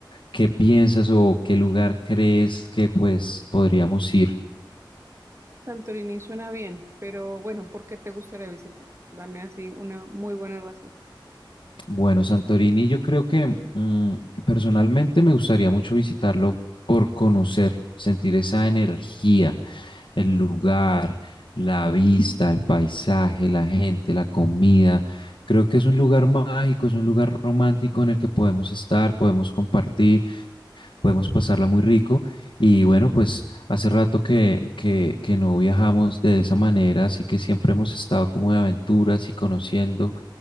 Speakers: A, on the left (about 80°); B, on the right (about 30°).
A: ¿Qué piensas o qué lugar crees que pues podríamos ir?
B: Santorini suena bien, pero bueno, ¿por qué te gustaría visitar? Dame así una muy buena razón.
A: Bueno, Santorini, yo creo que mm, personalmente me gustaría mucho visitarlo por conocer, sentir esa energía, el lugar, la vista, el paisaje, la gente, la comida. Creo que es un lugar mágico, es un lugar romántico en el que podemos estar, podemos compartir. podemos pasarla muy rico. Y bueno, pues hace rato que, que, que no viajamos de esa manera, así que siempre hemos estado como de aventuras y conociendo.